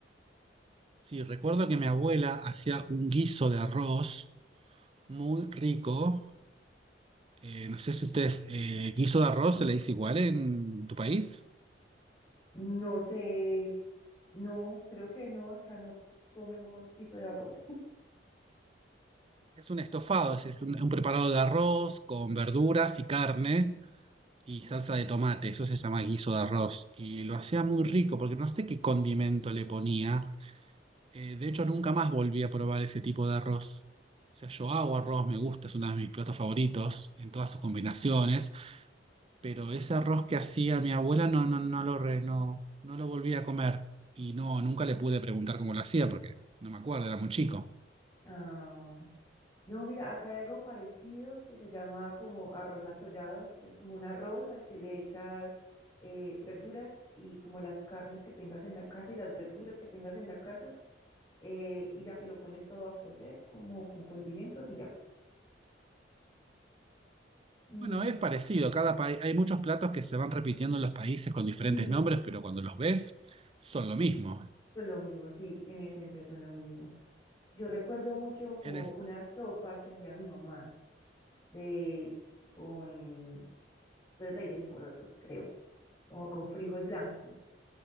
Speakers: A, on the right (about 30°); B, on the left (about 30°).
A: Sí, recuerdo que mi abuela hacía un guiso de arroz muy rico. Eh, no sé si ustedes, eh, guiso de arroz se le dice igual en tu país.
B: No sé, no, creo que no, acá no comemos guiso de arroz.
A: Es un estofado, es, es un, un preparado de arroz con verduras y carne y salsa de tomate. Eso se llama guiso de arroz. Y lo hacía
B: <laughs>
A: muy rico porque no sé qué condimento le ponía. Eh, de hecho, nunca más volví a probar ese tipo de arroz. O sea, yo hago arroz, me gusta, es uno de mis platos favoritos en todas sus combinaciones. pero ese arroz que hacía mi abuela no, no, no lo re- no, no lo volví a comer. Y no, nunca le pude preguntar cómo lo hacía porque no me acuerdo, era muy chico.
B: Ah, No, mira, acá hay algo parecido que se llama como arroz atollado, que es como un arroz al que le echas eh, verduras y como las carnes que tengas en la casa y las verduras que tengas en la casa eh, y ya, y lo pones todo a cocer como con condimentos y ya. Mm,
A: Bueno, es parecido, cada país, hay muchos platos que se van repitiendo en los países con diferentes
B: sí,
A: nombres, pero cuando los ves son lo mismo.
B: son lo mismo, sí, en esencia son lo mismo. Yo recuerdo mucho como
A: En es-
B: una sopa que hacía mi mamá de con, ustedes le dicen porotos, creo, como con frijol blanco